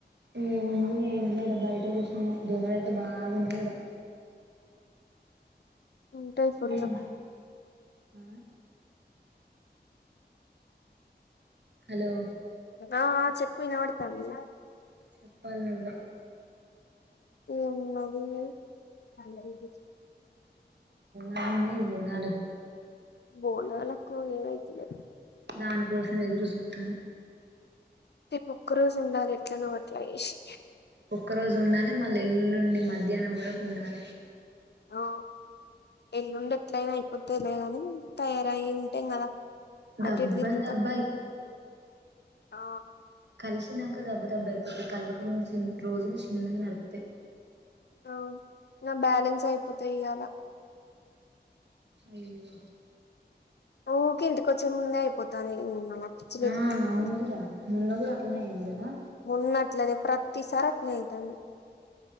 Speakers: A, on the right; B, on the left.
A: ఏముంది ఏం లేదు ఇడా బయట కూర్చున్నా దోమలు అయితే బాగున్నాయి. ఇడ
B: ఉంటాయి ఫుళ్ళు
A: హ్మ్. ఆ! హలో
B: ఆ చెప్పు వినవడుతంది.
A: చెప్పాలి నువ్వే
B: ఏం ఉన్నది అ మ ఇది
A: నన్నాయి బోనాలు
B: బోనాలకు ఏనైతుండా
A: దానికోసం ఎదురు జుత్తన్న
B: రేపు ఒక్క రోజు ఉండాలి. ఎట్లాన్న వ అట్ల చేసి
A: ఒక రోజు ఉండానే మళ్ళ ఎల్లుండి మధ్యాహ్నం వరకు ఉండాలి
B: ఓ ఎల్లుండి ఎట్లయినా అయిపోతాయి లే గాని తయారయ్య ఉంటాం కదా
A: దబ్బా
B: అటుఇటు తిరుగుతాం
A: దబ్బా
B: ఆ
A: కలిసి దాంక దెబ్బ దెబ్బ అయిపోతే కలవకముందు రోజులు చిన్నగా నడుతాయి
B: ఆ నా బ్యాలెన్స్ అయిపోతాయి ఇయ్యాలా
A: అయ్యో
B: ఉరికే ఇంటికి వచ్చే ముందే అయిపోతుంది పిచ్చి లేత్తంది
A: ఆ అవును కదా మొన్న కూడా అట్లనే అయింది కదా
B: ఉన్నట్లనే ప్రతి సారి అట్లనే అయితంది